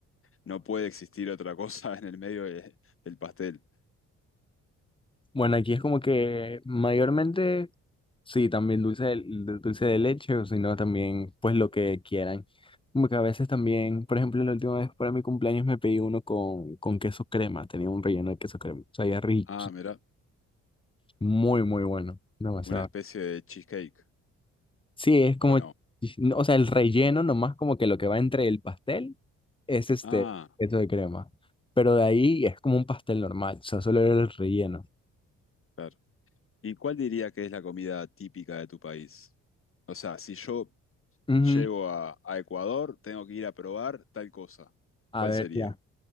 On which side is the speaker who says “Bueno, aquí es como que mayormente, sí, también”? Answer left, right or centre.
Left